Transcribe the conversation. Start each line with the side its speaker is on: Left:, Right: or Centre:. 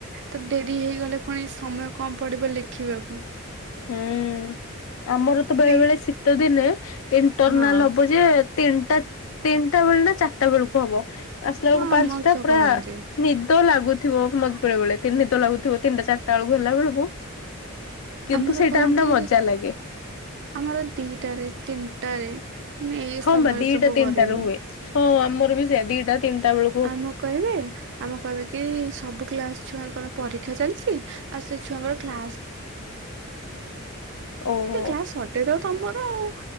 Right: ତ ଡେରି ହେଇଗଲେ ପୁଣି ସମୟ କମ୍ ପଡିବ ଲେଖିବାକୁ।
Left: ହୁଁ ଆମର ତ
Right: ମାନେ
Left: ବେଳେ ବେଳେ ଶୀତ ଦିନେ ଇଣ୍ଟରନାଲ
Right: ହଁ
Left: ହବ ଯେ ତିନିଟା ତିନିଟା ବେଳେ ନା ଚାରିଟା ବେଳକୁ ହବ ଆସିଲା
Right: ହଁ
Left: ବେଳକୁ
Right: ଆମର
Left: ପାଞ୍ଚଟା
Right: ତ
Left: ପୁରା
Right: କରନ୍ତି
Left: ନିଦ ଲାଗୁଥିବ ମ ବେଳେ ବେଳେ ନିଦ ଲାଗୁଥିବ ତିନିଟା ଚାରିଟା ବେଳକୁ ହେଲା ବେଳକୁ। କିନ୍ତୁ
Right: ଆମର
Left: ସେଇ
Right: କରନ୍ତି
Left: ଟାଇମ ଟା ମଜା ଲାଗେ
Right: ଆମର ଦିଟାରେ ତିନିଟାରେ। ନେ ଏଇ
Left: ହଁ
Right: ସମୟରେ
Left: ବା ଦିଟା
Right: ସବୁ
Left: ତିନିଟା
Right: କରିବେନି।
Left: ରୁ ହୁଏ। ହଁ ଆମର ବି ସେଇଆ ଦିଟା ତିନିଟା ବେଳ
Right: ଆମକୁ କହିବେ। ଆମକୁ କହିବେ କି ସବୁ କ୍ଳାସ ଛୁଆଙ୍କର ପରୀକ୍ଷା ଚାଲିଛି ଆଉ ସେ ଛୁଆଙ୍କର କ୍ଲାସ
Left: ଓହୋ
Right: କ୍ଲାସ ସଟେଜ ଉ ତମର ଆଉ